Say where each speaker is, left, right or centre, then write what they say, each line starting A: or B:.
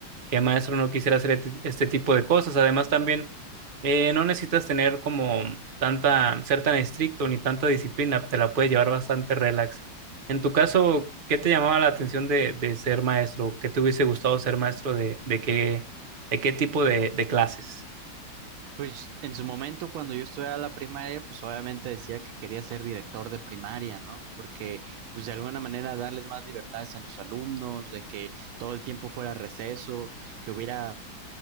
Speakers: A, on the right (about 50°); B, on the right (about 85°).
A: ¿Qué maestro no quisiera hacer este este tipo de cosas? Además, también eh, no necesitas tener como tanta, ser tan estricto ni tanta disciplina, te la puedes llevar bastante relax. En tu caso, ¿qué te llamaba la atención de, de ser maestro? ¿Qué te hubiese gustado ser maestro de, de qué, de qué tipo de, de clases?
B: Pues en su momento, cuando yo estudiaba la primaria, pues obviamente decía que quería ser director de primaria, ¿no? Porque, pues de alguna manera darles más libertades a los alumnos, de que todo el tiempo fuera receso, que hubiera